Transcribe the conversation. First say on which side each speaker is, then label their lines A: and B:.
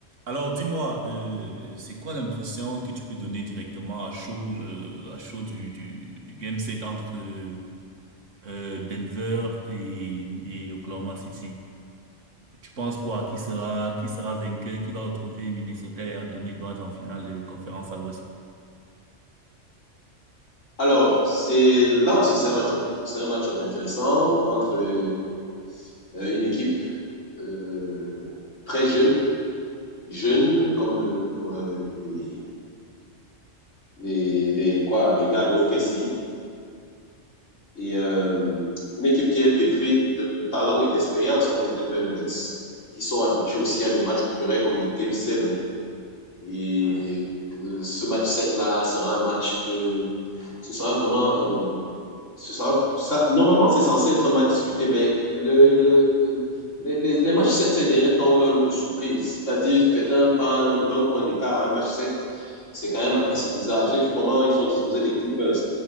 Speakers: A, on the right; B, on the left.
A: Alors dis-moi, euh, c'est quoi l'impression que tu peux donner directement à chaud, euh, à chaud du, du, du game set entre euh, euh, Denver et, et Oklahoma City? Tu penses quoi? Qui sera, qui sera vainqueur? Qui va retrouver Minnesota et Anthony Edwards en finale de conférence à l'Ouest?
B: Alors, c'est là aussi c'est un match-up, c'est un match-up intéressant entre euh, une équipe euh, très jeune, jeune comme euh, euh, les, les, les quoi les gars de OKC et euh, une équipe qui est pétrie de talent et d'expérience comme les Denver Nuggets, qui sont habitués aussi à des matchs couperets comme les Game 7. Et euh, ce match 7 là sera un match, euh, ce sera vraiment euh, Ce sera, ça, normalement, c'est censé être un match disputé, mais le, le- les, les- matchs 7 ces derniers temps ont leur lot de surprises. C'est-à-dire que quand on prend 20 points d'écart à un match sept c'est quand même assez bizarre. J'ai vu comment ils ont disposé des Clippers,